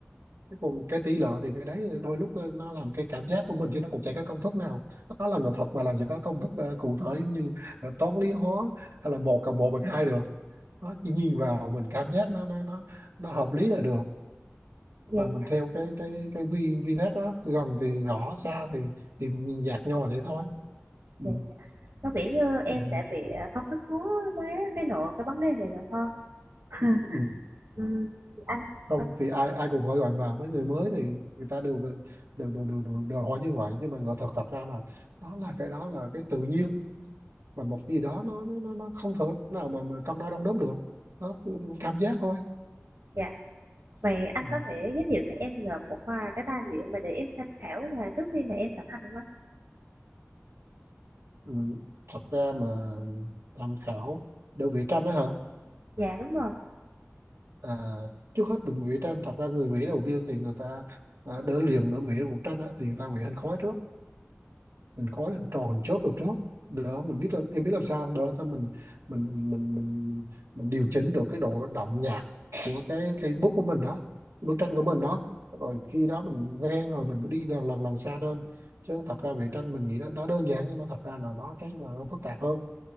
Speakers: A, on the right; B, on the right.
A: Thế còn cái tỷ lệ thì cái đấy đôi lúc ờ, nó làm cái cảm giác của mình chứ nó cũng chả có công thức nào nó là nghệ thuật mà làm gì có công thức ờ, cụ thể giống như ờ, toán lý hóa hay là một cộng một bằng hai được nó chỉ nhìn vào mình cảm giác nó nó nó nó hợp lý là được
B: vậy
A: và mình theo cái cái cái vi vi thác đó gần thì rõ xa thì thì nhìn nhạt nhòa thế thôi ừ.
B: vậy có vẻ như
A: Ừ.
B: em đã bị ờ, công thức khó quá cái nội cái vấn đề này rồi ha <laughs>
A: Ừ.
B: ừ, anh
A: không
B: ờ,
A: thì ai ai cũng hỏi gọi mà với người mới thì người ta đều đều đều đều, đều, đều hỏi như vậy nhưng mà ngờ thật thật ra là đó là cái đó là cái tự nhiên và một cái gì đó nó nó nó, nó không thể nào mà mà cân đo đong đếm được nó cảm giác thôi
B: dạ vậy anh
A: ừ.
B: có thể giới thiệu cho em được một vài cái tài liệu mà để em tham khảo là trước khi mà em thực hành không anh
A: Ừ. thật ra mà tham khảo đơn vị tranh đó hả
B: dạ đúng rồi
A: À, trước hết mình vẽ tranh thật ra người vẽ đầu tiên thì người ta à, đỡ liền đỡ vẽ được bức tranh á, thì người ta vẽ hình khói trước hình khói hình tròn hình chớp được trước đỡ mình biết là em biết làm sao đỡ cho mình mình mình mình mình điều chỉnh được cái độ đậm nhạt của cái cái bút của mình đó bức tranh của mình đó rồi khi đó mình quen rồi mình mới đi lần lần lần xa lên chứ thật ra vẽ tranh mình nghĩ nó nó đơn giản nhưng mà thật ra là nó cái là nó phức tạp hơn